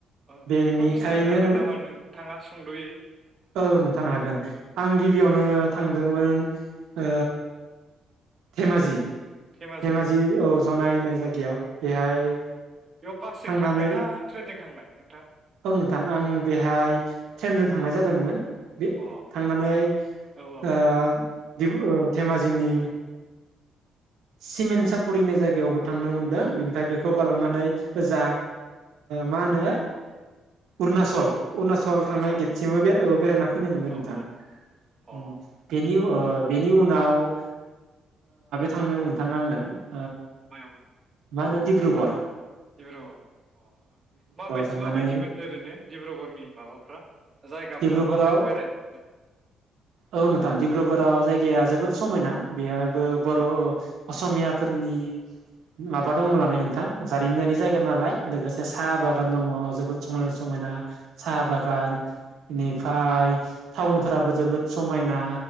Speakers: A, on the right; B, on the right.
A: ओ
B: बेनिखायनो
A: बेखौ खिन्थानो हागोन
B: नों
A: नामा नोंथाङा सुंद'यै
B: ओ नोंथां हागोन आं गिबियावनो थांदोंमोन ओ धेमाजि
A: धेमाजियाव
B: धेमाजि औ जनाय होननाय जायगायाव बेहाय
A: बेयाव बासजों
B: थांनानै
A: थांनाय ना ट्रेनजों थांनाय नोंथां?
B: औ नोंथां आं बेहाय ट्रेनजों थांनाय जादोंमोन। बे
A: अ
B: थांनानै
A: औ
B: ओ डिब ओ धेमाजिनि सिमेन्ट सापरिनि जायगायावबो थांनो मोनदों बेनि फ्राय बेखौ
A: औ
B: बालांनानै ओजा मा होनो उरनाचल उरनाचल
A: अरुणाचल
B: थांनाय गेटसिमबो बे ओ बेरायना फैनो मोनदों
A: औ
B: नोंथां
A: औ अ
B: उम बेनि ओ बे नि उनाव ओ थांदों नोंथां आङो
A: मायावमोन
B: माहोनो दिबब्रुगर
A: डिब्रुगर अ माबायदि
B: थांनानै
A: माबायदिमोन ओरैनो डिब्रुगरनि माबाफ्रा जायगाफ्रा
B: डिब्रुगाव
A: मा मायाव बेरायनो
B: औ नोंथां डिब्रुगराव जायगाया जोबोद समयना। बेहायबो बर' असमियाफोरनि माबा दङ नालाय नोंथां जारिमिनारि जायगा नालाय लोगोसे साहा
A: हो
B: बागान दङ जोबोद समायना समायना साहा बागान बेनिफ्राय टाउनफोराबो जोबोद समायना